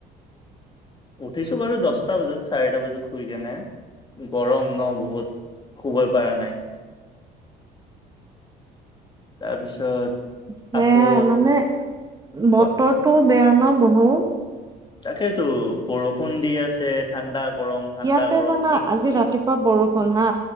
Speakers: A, on the left; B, on the right.
A: উঠিছোঁ বাৰু দছটা বাজাত চাৰিটা বাজাত শুই কেনে। গৰম ন' বহুত, শুবই পৰা নাই। তাৰপিছত
B: সেয়াই
A: আকৌ
B: মানে,
A: কোৱা
B: বতৰটো বেয়া ন' বহুত।
A: তাকেইতো, বৰষুণ দি আছে। ঠাণ্ডা গৰম ঠাণ্ডা
B: ইয়াতে
A: গৰম
B: জানা,
A: মিক্স
B: আজি
A: হৈ
B: ৰাতিপুৱা
A: গৈছে
B: বৰষুণ হা,